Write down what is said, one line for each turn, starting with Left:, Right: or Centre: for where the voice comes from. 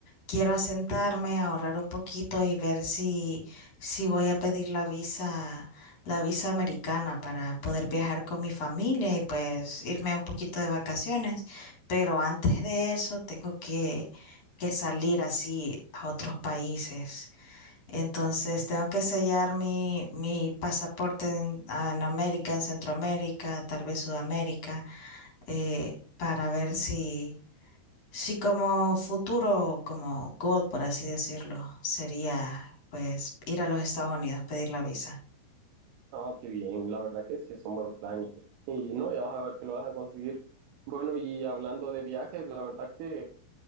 Left: quiero asentarme, ahorrar un poquito y ver si, si voy a pedir la visa, la visa americana para poder viajar con mi familia y pues irme un poquito de vacaciones. Pero antes de eso tengo que, que salir así a otros países. Entonces tengo que sellar mi, mi pasaporte en, en América, en Centroamérica, tal vez Sudamérica eh, para ver si, si como futuro, como goal, por así decirlo, sería pues ir a los Estados Unidos, pedir la visa.
Right: Ah, qué bien, la verdad que sí es un buen plan y, y no, ya vas a ver que lo vas a conseguir. Bueno, y hablando de viajes, la verdad que